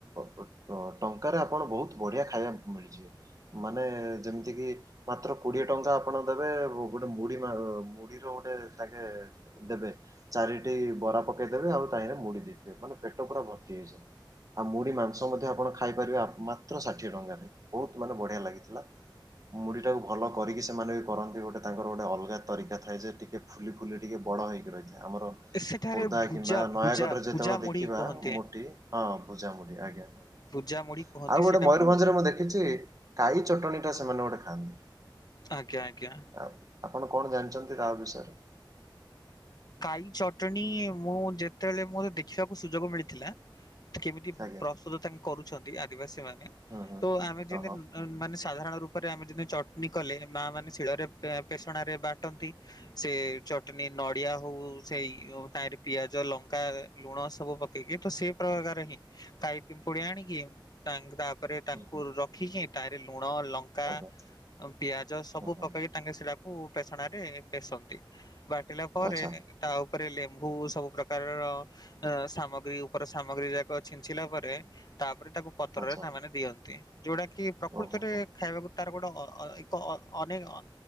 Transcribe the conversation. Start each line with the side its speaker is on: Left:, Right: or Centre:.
Right: ଟ ଟଙ୍କାରେ ଆପଣ ବହୁତ ବଢ଼ିଆ ଖାଇବାକୁ ମିଳିଯିବେ। ମାନେ ଯେମତି କି ମାତ୍ର କୋଡ଼ିଏ ଟଙ୍କା ଆପଣ ଦେବେ ଗୋ ଗୋଟେ ମୁଢ଼ି ମା ମୁଢ଼ିର ଗୋଟେ ତାଙ୍କେ ଦେବେ ଚାରିଟି ବରା ପକେଇଦେବେ ଆଉ ତାହିଁରେ ମୁଢ଼ି ଦେଇଥିବେ ମାନେ ପେଟ ପୁରା ଭର୍ତ୍ତି ହେଇଯାଏ। ଆଉ ମୁଢ଼ି ମାଂସ ମଧ୍ୟ ଆପଣ ଖାଇପାରିବେ ଆ ମାତ୍ର ଷାଠିଏ ଟଙ୍କାରେ ବହୁତୁ ମାନେ ବଢ଼ିଆ ଲାଗିଥିଲା। ମୁଢ଼ିଟାକୁ ଭଲ କରିକି ସେମାନେ ବି କରନ୍ତି ଗୋଟେ ତାଙ୍କର ଗୋଟେ ଅଲଗା ତରିକା ଥାଏ ଯେ ଟିକେ ଫୁଲି ଫୁଲି ଟିକିଏ ବଡ଼ ହୋଇକି ରହିଥାଏ ଆମର
Left: ସେଠାରେ
Right: ଖୋର୍ଦ୍ଧା
Left: ଭୁଜା
Right: କିମ୍ବା
Left: ଭୁଜା
Right: ନୟାଗଡ଼ରେ ଯେତବେଳେ
Left: ଭୁଜା ମୁଢି
Right: ଦେଖିବା
Left: କୁହନ୍ତି
Right: ମୁଟି ହଁ ଭୁଜା ମୁଢ଼ି ଆଜ୍ଞା ଆଜ୍ଞା।
Left: ଭୁଜା ମୁଢି କୁହନ୍ତି
Right: ଆଉ ଗୋଟେ
Left: ସେଟାକୁ
Right: ମୟୂରଭଞ୍ଜରେ ମୁଁ ଦେଖିଚି କାଈ ଚଟଣିଟା ସେମାନେ ଗୋଟେ ଖାଆନ୍ତି
Left: ଆଜ୍ଞା ଆଜ୍ଞା।
Right: ଆଉ ଆପଣ କଣ ଜାଣିଚନ୍ତି ତା ବିଷୟରେ?
Left: କାଈ ଚଟଣି ମୁଁ ଯେତେଳେ ମୋତେ ଦେଖିବାକୁ ସୁଯୋଗ ମିଳିଥିଲା ତ କେମିତି
Right: ଆଜ୍ଞା
Left: ପ୍ରସ୍ତୁତ ତାଙ୍କେ କରୁଛନ୍ତି ଆଦିବାସୀମାନେ
Right: ହଁ ହଁ।
Left: ତ ଆମେ ଯେମିତି
Right: ଓହୋ
Left: ଅ ମାନେ ସାଧାରଣ ରୂପରେ ଆମେ ଯେନି ଚଟନୀ କଲେ ମାମାନେ ଶିଳରେ ପେ ପେଶଣାରେ ବାଟନ୍ତି ସେ ଚଟନୀ ନ ଡି଼ଆ ହୋଉ ସେଇ ଓ ତାହିଁରେ ପିଆଜ ଲଙ୍କା ଲୁଣ ସବୁ ପକେଇକି ତ ସେଇ ପ୍ରକାର ହିଁ କାଇ ପିମ୍ପୁଡ଼ି ଆଣିିକି ତାଙ୍କ ତା ପରେ ତାଙ୍କୁ
Right: ହୁଁ ହୁଁ
Left: ରଖିକି ତାହିଁରେ ଲୁଣ ଲଙ୍କା
Right: ଆଜ୍ଞା
Left: ପିଆଜ ସବୁ
Right: ହଁ ହଁ
Left: ପକେଇ ତାଙ୍କେ ସିଳାକୁ ପେଶଣାରେ ପେଶନ୍ତି ବାଟିଲା ପରେ
Right: ଆଚ୍ଛା
Left: ତା ଉପରେ ଲେମ୍ବୁ ସବୁ ପ୍ରକାରର ଅ ସାମଗ୍ରୀ ଉପର ସାମଗ୍ରୀ ଯାକ ଛିଞ୍ଚିଲା ପରେ ତାପରେ ତାକୁ ପତ୍ରରେ
Right: ଆଚ୍ଛା
Left: ତାମାନେ ଦିଅନ୍ତି ଯୋଉଟା କି ପ୍ରକୃତରେ
Right: ଓହୋ ହୋ
Left: ଖାଇବାକୁ ତାର ଗୋଟେ ଅ-ଅ ଏକ ଅ ଅନେ ଅ-ଅ